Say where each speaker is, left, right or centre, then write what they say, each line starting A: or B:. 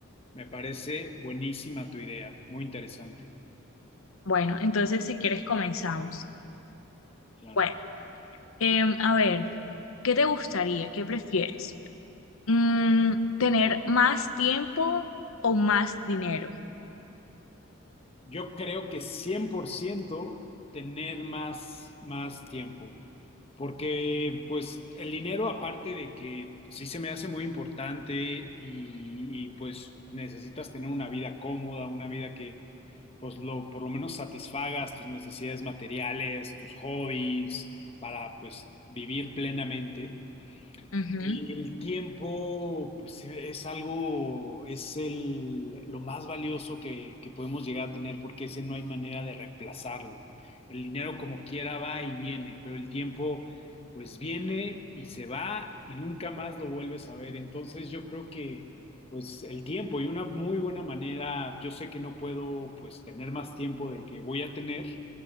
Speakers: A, on the left (about 30°); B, on the left (about 80°).
A: Me parece buenísima tu idea, muy interesante,
B: Bueno, entonces si quieres comenzamos.
A: claro.
B: Bueno. Em, a ver, ¿qué te gustaría? ¿Qué prefieres? Mm, ¿tener más tiempo o más dinero?
A: Yo creo que 100% tener más, más tiempo, porque pues el dinero aparte de que sí se me hace muy importante y, y, pues necesitas tener una vida cómoda, una vida que pues lo, por lo menos satisfagas tus necesidades materiales, tus hobbies, para pues vivir plenamente.
B: Ujú,
A: El tiempo, pues e- es algo, es el, lo más valioso que, que podemos llegar a tener porque ese no hay manera de reemplazarlo. El dinero como quiera va y viene, pero el tiempo pues viene y se va y nunca más lo vuelves a ver. Entonces yo creo que pues el tiempo y una muy buena manera, yo sé que no puedo pues tener más tiempo del que voy a tener,